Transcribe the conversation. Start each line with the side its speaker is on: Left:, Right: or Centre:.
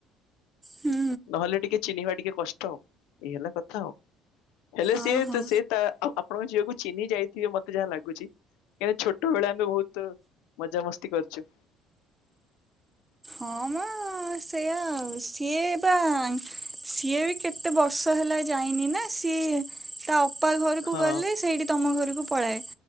Right: ହୁଁ
Left: ନହେଲେ ଟିକିଏ ଚିହ୍ନିବା ଟିକିଏ କଷ୍ଟ ଏଇ ହେଲା କଥା ଆଉ ହେଲେ
Right: ଅ
Left: ସିଏ
Right: ହଁ।
Left: ତ ସେ ତ ଆପଣଙ୍କ ଝିଅକୁ ଚିହ୍ନି ଯାଇଥିବେ ମତେ ଯାହା ଲାଗୁଛି। କାକି ଛୋଟ ବେଳେ ଆମେ ବହୁତ ମଜାମସ୍ତି କରିଛୁ
Right: ହଁ ମା ସେ ଆଉ ସିଏ ବା ସିଏ ବି କେତେ ବର୍ଷ ହେଲା ଯାଇନି ନା ସିଏ ତା ଅପା ଘରକୁ
Left: ହଁ
Right: ଗଲେ ସେଇଠି ତମ ଘରକୁ ପଳାଏ